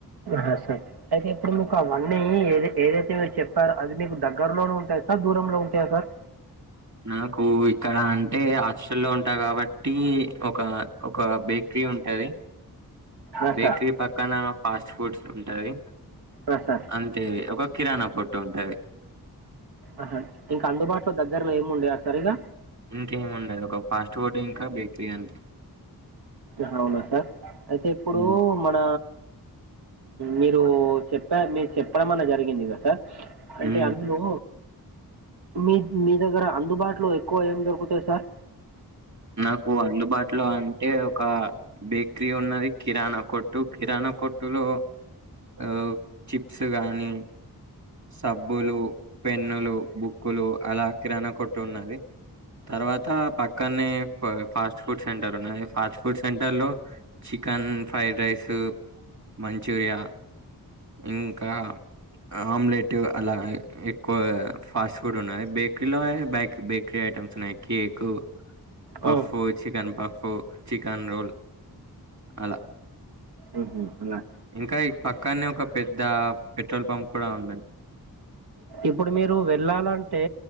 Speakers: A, on the right; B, on the right.
A: హా సార్ అయితే ఇప్పుడు మీకు అవన్నీ ఏవి ఏవైతే మీరు చెప్పారో అది మీకు దగ్గరలోనే ఉంటాయా సార్ దూరంలో ఉంటాయా సార్
B: నాకు ఇక్కడ అంటే హాస్టల్ లో ఉంటా కాబట్టి ఒక ఒక బేకరీ ఉంటాది
A: ఆ,
B: బేకరీ
A: సార్
B: పక్కన ఫాస్ట్ ఫుడ్స్ ఉంటాది
A: ఆ, సార్
B: అంతే ఒక కిరాణా కొట్టు ఉంటాంది.
A: ఆహా ఇంకా అందుబాటులో దగ్గరలో ఏమి ఉండదా సరిగా
B: ఇంకేముండదు ఒక ఫాస్ట్ ఫుడ్ ఇంకా బేకరీ అంతే
A: ఆహా అవునా సార్ అయితే ఇప్పుడు
B: ఉమ్,
A: మన మీరు చెప్పా మీకు చెప్పడంమన్నా జరిగిందా సార్? అంటే
B: ఉమ్.
A: అందులో మీక్ మీ దగ్గర అందుబాటులో ఎక్కువ ఏం దొరుకుతాయి సార్
B: నాకు అందుబాటులో అంటే ఒక బేకరీ ఉన్నది కిరాణా కొట్టు కిరాణా కొట్టు లో ఆ చిప్స్ గాని సబ్బులు పెన్నులు బుక్కులు అలా కిరాణ కొట్టున్నది తర్వాత పక్కనే ఫాస్ట్ ఫుడ్ సెంటర్ ఉన్నది ఫాస్ట్ ఫుడ్ సెంటర్ లో చి చికెన్ ఫ్రైడ్ రైస్ మంచూరియా ఇంకా ఆమ్లెట్ అలా ఎక్కువ ఫాస్ట్ ఫుడ్ ఉన్నది బేకరీలో బే బేకరీ ఐటమ్స్ ఉన్నాయి. కేక్, puff,
A: ఓ
B: chicken puff, chicken roll అలా
A: మ్హు ఉన్నాయ్
B: ఇంకా ఈ పక్కనే ఒక పెద్ద పెట్రోల్ పంప్ కూడ ఉందండి.
A: ఇప్పుడు మీరు వెళ్లాలంటే